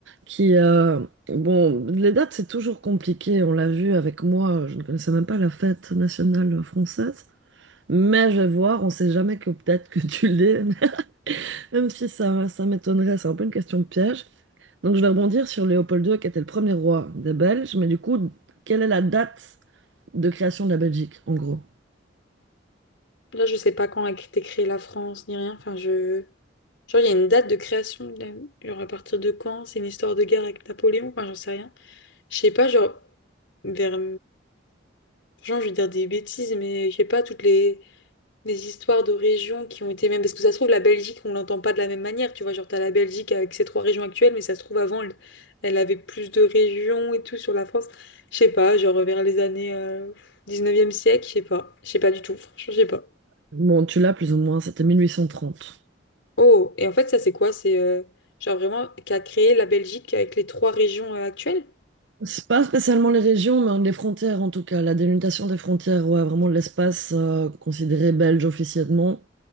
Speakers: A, on the right; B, on the left.
A: qui, euh, bon, les dates, c'est toujours compliqué. On l'a vu avec moi, je ne connaissais même pas la fête nationale française. Mais je vais voir, on ne sait jamais que peut-être que tu l'es, <laughs> même si ça, ça m'étonnerait, c'est un peu une question piège. Donc je vais rebondir sur Léopold II qui était le premier roi des Belges, mais du coup, quelle est la date de création de la Belgique, en gros?
B: Là, je sais pas quand a été créée la France ni rien. Enfin, je. Genre, il y a une date de création. de la- Genre, à partir de quand? C'est une histoire de guerre avec Napoléon? Enfin, j'en sais rien. Je sais pas, genre, vers. Genre, je vais dire des bêtises, mais je sais pas, toutes les... les histoires de régions qui ont été même. Parce que ça se trouve, la Belgique, on l'entend pas de la même manière. Tu vois, genre, t'as la Belgique avec ses trois régions actuelles, mais ça se trouve, avant, elle, elle avait plus de régions et tout sur la France. Je sais pas, genre, vers les années euh, 19e siècle, je sais pas. Je sais pas du tout. Franchement, je sais pas.
A: Bon, tu l'as plus ou moins, c'était 1830.
B: Oh, et en fait, ça, c'est quoi? C'est euh, genre vraiment qui a créé la Belgique avec les trois régions euh, actuelles?
A: C'est pas spécialement les régions, mais les frontières en tout cas. La délimitation des frontières, ouais, vraiment l'espace euh, considéré belge officiellement.